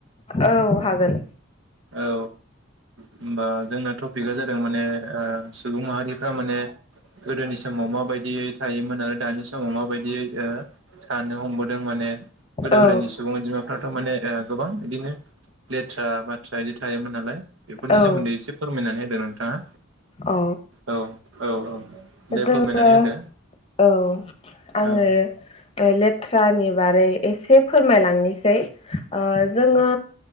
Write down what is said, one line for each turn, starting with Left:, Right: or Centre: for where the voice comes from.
Left: औ होगोन
Right: औ होमबा जोंना टपिकआ जादों माने ओ सुबुं माहारिफ्रा माने गोदोनि समाव माबायदियै थायोमोन आरो दानि समाव माबायदियै ओ थानो हमबोदों माने गोदो
Left: औ
Right: गोदायनि सुबुं अनजिमाफ्राथ' ओ माने गोबां बिदिनो लेथ्रा बाथ्रा बिदि थायोमोन नालाय बेफोरनि
Left: औ
Right: सोमोन्दै एसे फोरमायनानै होदों नोंथाङा।
Left: औ
Right: औ औ औ दे
Left: जोङो
Right: फोरमायनानै होदो
Left: औ आङो
Right: औ
Left: लेथ्रानि बारै एसे फोरमायलांनिसै जोङो